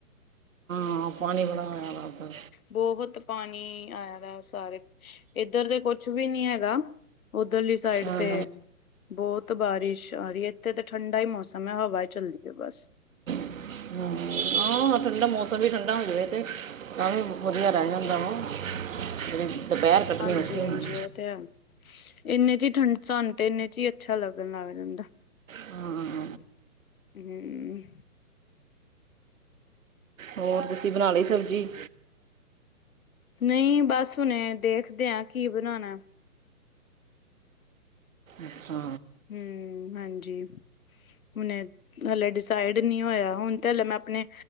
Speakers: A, on the right; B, on the left.
A: ਹਾਂ ਪਾਣੀ ਬੜਾ ਹੋਇਆ ਲੱਗਦਾ
B: ਦੋ ਫੁੱਟ ਪਾਣੀ ਆਇਆ ਵਾ ਸਾਰੇ ਇੱਧਰ ਤੇ ਕੁਛ ਵੀ ਨੀ ਹੈਗਾ ਉੱਧਰਲੀ ਸਾਈਡ
A: ਹਾਂ
B: ਤੇ ਬਹੁਤ ਬਾਰਿਸ਼ ਆ ਰਹੀ ਹੈ ਇੱਥੇ ਤਾਂ ਠੰਡਾ ਹੀ ਮੌਸਮ ਹੈ ਹਵਾ ਚੱਲਦੀ ਹੈ ਬਸ
A: <unintelligible> ਹਾਂ- ਹਾਂ ਆਪਣੇ ਤਾ ਮੌਸਮ ਵੀ ਠੰਡਾ ਹੋ ਜਾਵੇਗਾ ਤੇ ਤਾਂ ਵੀ ਵਧੀਆ ਰਹਿ ਜਾਂਦਾ ਵਾ
B: <inaudible>
A: ਜਿਹੜੀ ਦੁਪਹਿਰ ਕੱਟਣੀ
B: ਹਾਂਜੀ
A: ਔਖੀ ਹੁੰਦੀ
B: -ਹਾਂਜੀ ਉਹ ਤੇ ਤੇ ਇੰਨੇ ਚ ਹੀ ਠੰਡ ਸਾਨੂੰ ਤੇ ਇੰਨੇ ਚ ਹੀ ਅੱਛਾ ਲੱਗਣ ਲੱਗ ਜਾਂਦਾ
A: ਹਾਂ।
B: <unintelligible> ਹੂ
A: ਹੋਰ ਤੁਸੀਂ ਬਣਾ ਲਈ ਸਬਜ਼ੀ
B: ਨਹੀਂ ਬਸ ਹੁਣੇ ਦੇਖਦੇ ਹਾਂ ਕੀ ਬਣਾਣਾ
A: ਅੱਛਾ।
B: ਹਮ, ਹਾਂਜੀ। ਹੁਣੇ ਹਾਲੇ ਡਿਸਾਈਡ ਨੀ ਹੋਇਆ ਹੁਣ ਤੇ ਹਲੇ ਮੈਂ ਆਪਣੇ